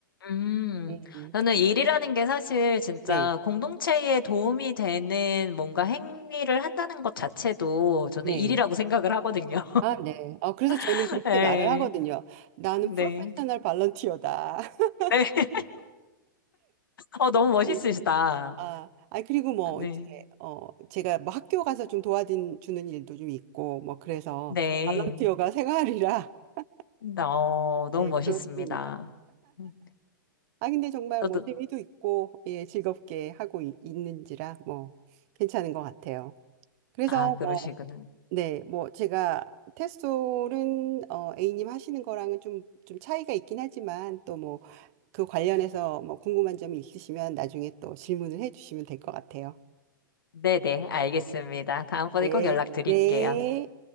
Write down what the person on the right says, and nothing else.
음,
네,
네.
아, 네. 어, 그래서 저는
그렇게
말을 하거든요. 나는
프로페셔널 발런티어다. <laughs>
예. 아, 아 그리고 뭐
이제 어 제가 뭐 학교 가서 좀 도와주는 일도 좀 있고 뭐 그래서
발런티어가 생활이라 <laughs>
예,
그렇습니다.
아, 근데 정말
뭐 재미도 있고 예, 즐겁게 하고 이- 있는지라 뭐 괜찮은 것 같아요. 그래서
뭐 네, 뭐 제가 테솔은 어, A님 하시는 거랑은 좀, 좀 차이가 있긴 하지만 또 뭐 그 관련해서 뭐 궁금한 점이 있으시면 나중에 또 질문을 해주시면 될 것 같아요.
네,
네.